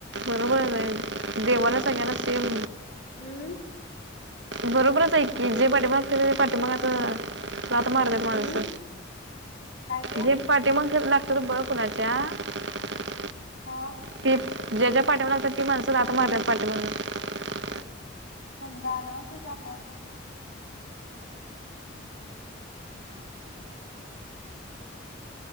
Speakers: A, on the right (about 65°); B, on the left (about 80°).
A: बरोबर झाले आहे देवाला सग्याला सेम.
B: हम्म
A: <inaudible> बरोबरच आहेऐ की. <inaudible> ते पाट मग पाट मगतं. <inaudible> जात मारलं माणस
B: हम्म काय ते
A: जे पाठी माग. <inaudible> तर बर कुलाच्या्या. <inaudible>
B: हा.
A: की ज्या ज्या पाठी्यावर लागतात ती माणसं राहत मारल्या पाठीमागं. <inaudible>
B: त्यात गाडवाची जातय.